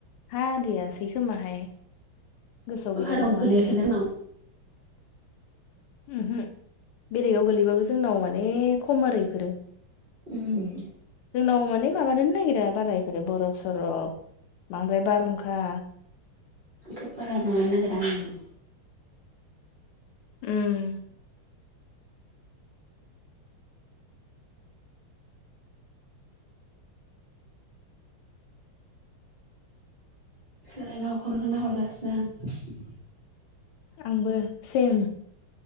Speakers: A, on the left (about 90°); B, on the right (about 30°).
A: हादियासै खोमाहाय गोसोआव
B: हाराव
A: गैलायलांला
B: गोलैयाखैना
A: माथो
B: नाव
A: उमहो बेलेगाव गोलैबाबो जोंनाव माने खम आरो इफोरो
B: उम
A: उनाव माने माबानो नागिरा बारा बेफोरो बरफ सरफ बांद्राय बारहुंखा
B: इफोर बारा माबानो‌ नागिरा उम
A: उम
B: सोरानाव अखाफोरखोनो नाहरगासिनो आं
A: आंबो सेम